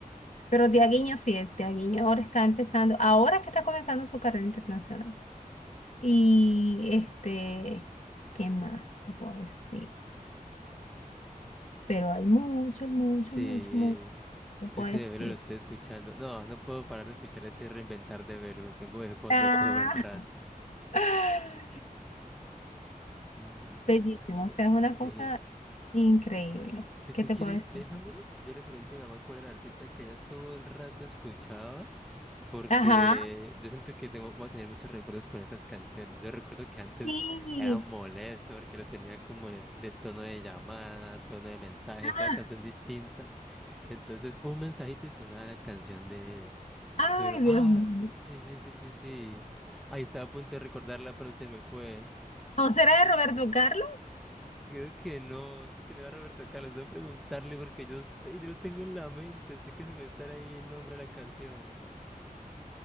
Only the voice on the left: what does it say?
Pero Tiaguinho sí, el Tiaguinho ahora está empezando, ahora es que está comenzando su carrera internacional. Y este, ¿qué más te puedo decir? pero hay mucho, mucho,
mucho, mucho, te puedo
decir.
Ah.
<laughs>
Bellísimo,
o sea, es una
cosa increíble.
¿Qué
te
puedo decir?
Ajá,
sí.
Ah,
ay,
Dios
mío.
¿No será de Roberto Carlos?